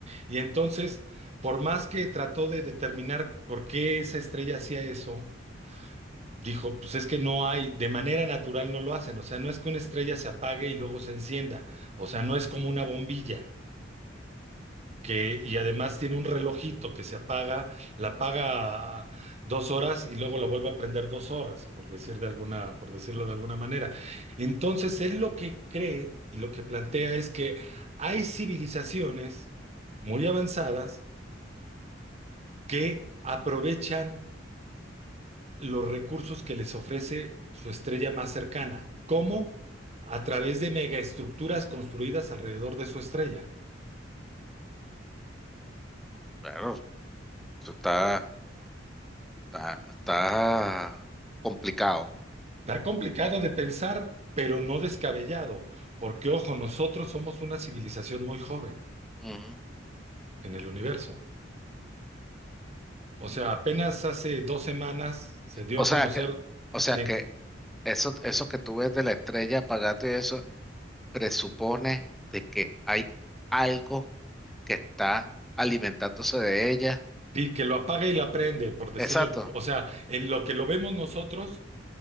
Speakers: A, on the right (about 35°); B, in the centre.
A: Y entonces, por más que trató de determinar por qué esa estrella hacía eso, dijo, pues es que no hay, de manera natural no lo hacen, o sea, no es que una estrella se apague y luego se encienda, o sea, no es como una bombilla, que, y además tiene un relojito que se apaga, la apaga dos horas y luego la vuelve a prender dos horas, por decir de alguna, por decirlo de alguna manera. Entonces, él lo que cree y lo que plantea es que hay civilizaciones muy avanzadas que aprovechan los recursos que les ofrece su estrella más cercana. ¿Cómo? A través de megaestructuras construidas alrededor de su estrella.
B: Claro, eso está, está, está complicado.
A: Está complicado de pensar, pero no descabellado, porque ojo, nosotros somos una civilización muy joven
B: Ujú.
A: en el universo. O sea, apenas hace dos semanas se dio
B: O
A: a
B: sea
A: conocer,
B: que, o sea
A: sí,
B: que eso, eso que tú ves de la estrella apagando y eso presupone de que hay algo que está alimentándose de ella.
A: sí, que lo apaga y la prende, por decirlo,
B: Exacto.
A: o sea, en lo que lo vemos nosotros,